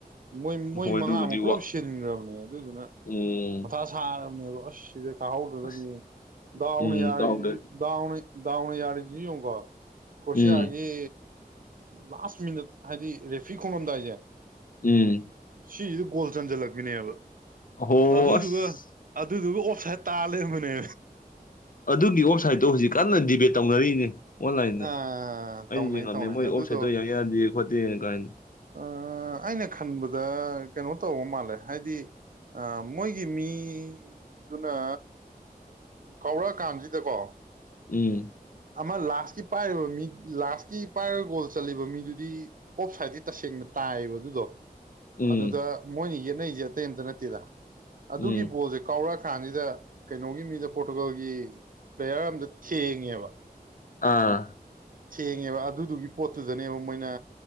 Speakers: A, on the right; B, on the left.
A: ꯏ ꯃꯣꯏ
B: ꯍꯣꯏ
A: ꯃꯉꯥ
B: ꯑꯗꯨꯕꯨꯗꯤ
A: ꯑꯃꯨꯛ ꯄꯨꯂꯞ
B: ꯋꯥ
A: ꯁꯤꯟꯈ꯭ꯔꯕꯅꯦ ꯑꯗꯨꯗꯨꯅ
B: ꯎꯝ
A: ꯃꯊ ꯊꯥꯔꯕꯅꯦꯕꯣ ꯑꯁ ꯁꯤꯗ ꯀꯥꯍꯧꯗ꯭ꯔꯒꯗꯤ
B: ꯑꯁ
A: ꯗꯥꯎꯅ
B: ꯎꯝ
A: ꯌꯥꯔꯤꯁꯤ
B: ꯀꯥꯎꯗ
A: ꯗꯎꯅ ꯗꯎꯅ ꯌꯥꯔ ꯆ ꯍꯧꯒ ꯈꯨꯁ
B: ꯎꯝ
A: ꯍꯥꯏꯒꯤ ꯂꯥꯁ ꯃꯤꯅꯠ ꯍꯥꯏꯗꯤ ꯔꯦꯐ꯭ꯤ ꯈꯣꯡꯉꯝꯗꯥꯏꯁꯦ
B: ꯎꯝ
A: ꯁꯤꯁꯤ ꯒꯣꯜ ꯆꯟꯖꯜꯂꯛꯄꯅꯦꯕ
B: ꯍꯣ
A: ꯑꯗꯨꯗꯨꯒ
B: ꯑꯁ
A: ꯑꯗꯨꯗꯨꯕꯨ ꯑꯣꯐ ꯁꯥꯏꯠ ꯇꯥ ꯂꯩꯕꯅꯦ
B: ꯑꯗꯨꯒꯤ ꯑꯣꯞꯁꯥꯏꯠꯇꯣ ꯍꯧꯖꯤꯛ ꯀꯟꯅ ꯗꯤꯕꯦꯠ ꯇꯧꯅꯔꯤꯅꯦ ꯑꯣꯟꯂꯥꯏꯟꯗ
A: ꯑ
B: ꯑꯩꯁ
A: ꯇꯧꯅꯩ
B: ꯌꯦꯡꯉꯝꯃꯦ
A: ꯇꯧꯅꯩ
B: ꯃꯣꯏ
A: ꯑꯗꯨꯗꯣ
B: ꯑꯣꯞꯁꯥꯏꯗꯠꯇꯡ ꯌꯥꯗꯦ ꯈꯣꯠꯇꯦ ꯀꯥꯏꯅ
A: ꯑ ꯑꯩꯅ ꯈꯟꯕꯗ ꯀꯩꯅꯣ ꯇꯧꯕ ꯃꯥꯜꯂꯦ ꯍꯥꯏꯗꯤ ꯃꯣꯏꯒꯤ ꯃꯤ ꯑꯗꯨꯅ ꯀꯧꯔꯛꯑꯀꯥꯟꯁꯤꯗꯀꯣ
B: ꯎ
A: ꯑꯃ ꯂꯥꯁꯀꯤ ꯄꯥꯏꯔꯤꯕ ꯃꯤ ꯂꯥꯁꯀꯤ ꯄꯥꯏꯔꯒ ꯒꯣꯜ ꯆꯜꯂꯤꯕ ꯃꯤꯗꯨꯗꯤ ꯑꯣꯞ ꯁꯥꯏꯗꯗꯤ ꯇꯁꯦꯡꯅ ꯇꯥꯏꯌꯦꯕ ꯑꯗꯨꯗꯣ
B: ꯎꯝ
A: ꯑꯗꯨꯗ ꯃꯣꯏꯅ ꯌꯦꯠꯅꯩꯁꯦ ꯑꯇꯩ ꯑꯝꯇ ꯅꯠꯇꯦꯗ ꯑꯗꯨꯒꯤ
B: ꯎꯝ
A: ꯕꯣꯜꯁꯦ ꯀꯥꯎꯔ ꯀꯥꯟꯁꯤꯗ ꯀꯩꯅꯣꯒꯤ ꯃꯤꯗ ꯄꯣꯔꯇꯨꯒꯜꯒꯤ ꯄ꯭ꯂꯦꯌꯥꯔ ꯑꯝꯗ ꯍꯦꯡꯉꯦꯕ
B: ꯑꯥ
A: ꯊꯦꯡꯉꯦꯕ ꯑꯗꯨꯗꯨꯒꯤ ꯄꯣꯠꯇꯨꯗꯅꯦꯕ ꯃꯣꯏꯅ